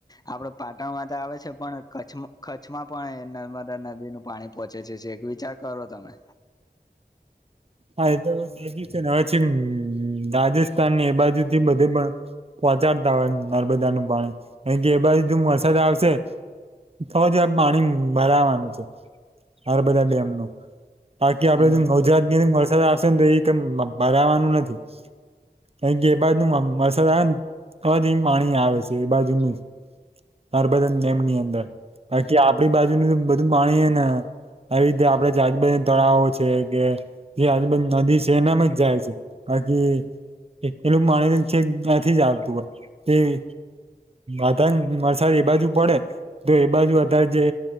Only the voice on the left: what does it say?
આપડ પાટણમાં તો આવે છે પણ કચ્છ કચ્છમાં પણ નર્મદા નદીનું પાણી પોહોંચે છે છે એક વિચાર કરો તમે
હમ